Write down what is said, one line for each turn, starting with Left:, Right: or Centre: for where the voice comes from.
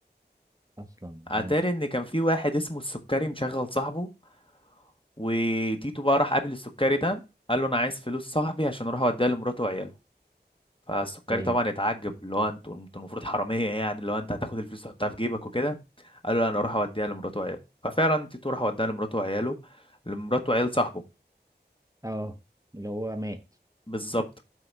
Right: اصلا
Left: اتاري
Right: ماشي
Left: ان كان في واحد اسمه السكري مشغل صاحبه وتيتو بقى راح قابل السكري ده قال له انا عايز فلوس صاحبي عشان اروح اوديها لمراته وعياله فالسكري
Right: ايوه
Left: طبعا اتعجب اللي هو انتوا انتوا المفروض حراميه يعني اللي هو انت هتاخد الفلوس تحطها في جيبك وكده قال له لا، انا اروح اوديها لمراته وعياله ففعلا تيتو راح اوديها لمراته وعياله لمراته وعيال صاحبه
Right: اه اللي هو مات
Left: بالظبط